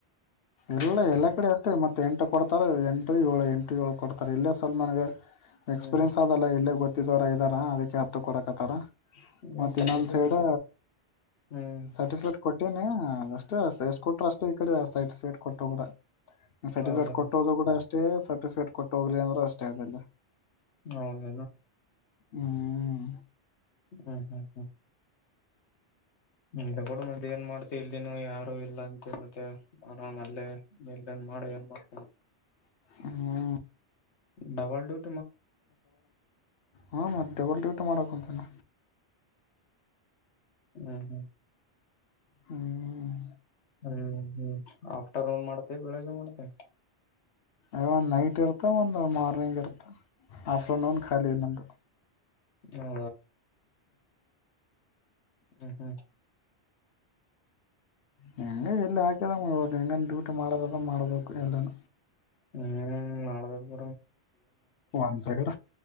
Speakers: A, on the left (about 65°); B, on the left (about 80°).
A: ಎಲ್ಲ ಎಲ್ಲಾ ಕಡೆ ಮ ಮತ್ತೆ ಎಂಟು ಕೊಡ್ತಾರೆ ಎಂಟು ಏಳು ಎಂಟು ಏಳು ಕೊಡ್ತಾರೆ ಇಲ್ಲೇ ಸವಲ್ ನನಗೆ ಎಕ್ಸ್ಪೀರಿಯೆನ್ಸ್
B: ಹ್ಮ್
A: ಅದಲ್ಲ ಇಲ್ಲೇ ಗೊತ್ತಿದವರ ಇದಾರ ಅದಕ್ಕೆ ಹತ್ತು ಕೊಡಕ್ತ್ತಾರ
B: ಇಲ್ಲ
A: ಮತ್ತ
B: ಸರ್ಟಿಫಿಕೇಟ್
A: ಇನ್ನೊಂದ್ ಸೈಡ್
B: ಹ್ಮ್
A: ಸರ್ಟಿಫಿಕೇಟ್ ಕೊಟ್ಟನಿ ಹ ಅದಷ್ಟ ಎಷ್ಟ ಕೊಟ್ರ ಅಷ್ಟ ಈ ಕಡೆ ಸರ್ಟಿಫಿಕೇಟ್ ಕೊಟ್ಟೋ ಕೂಡ ಸರ್ಟಿಫಿಕೇಟ್
B: ಹೌದ
A: ಕೊಟ್ಟೋದು ಕೂಡ ಅಷ್ಟ ಅಷ್ಟೇ ಸರ್ಟಿಫಿಕೇಟ್ ಕೊಟ್ಟೋಗ್ಲಿ ಅಂದ್ರೂ ಅಷ್ಟೇ ಆಗಲ್ಲ
B: ಹೌದದ
A: ಹ್ಮ್
B: ಹ್ಮ್ ಹ್ಮ್ ಹ್ಮ್ ನೆ ಕೂಡ ಮದೆ ಏನ್ ಮಾಡ್ತ ಇಲ್ಲಿನು ಯಾರು ಇಲ್ಲ ಅಂತ ಮತ್ತೆ ಆರಾಮ ಅಲ್ಲೇ ಇಲ್ಲನ್ ಮಾಡು ಏನ್ ಮಾಡ್ತಾರೆ
A: ಹ್ಮ
B: ಡಬಲ್ಡೂರ್
A: ಹ ಮಧ್ಯೆ ಡ್ಯೂಟಿ ಮಾಡಕ ಕುಂತೀನ
B: ಹ್ಮ ಹ್ಮ
A: ಹ್ಮ್
B: ಹ್ಮ್ ಹ್ಮ್ ಆಫ್ಟರ್ನೂನ್ ಮಾಡ್ತೆೇವೆ ಬೆಳಗ್ ಮಾಡ್ತೆೇ
A: ಅ ಒಂದು ನೈಟ್ ಇರ್ತ ಒಂದು ಮಾರ್ನಿಂಗ್ ಇರ್ತ ಆಫ್ಟರ್ನೂನ್ ಒನ್ ಖಾಲಿ ನಂದು
B: ಹಾ ಹ್ಮ್ ಹ್ಮ್
A: ಹೆಂಗ ಎಲ್ಲಿ ಹಾಕ್ಯದ ಹೆಂಗ ಡಊಟ ಮಾಡದದ ಮಾಡ್ಬೇಕು ಎಲ್ಲಾನ
B: ಹ್ಮ್ ಮಾಡಬೇಕ
A: ಒಂದ್ ಸೈಡ್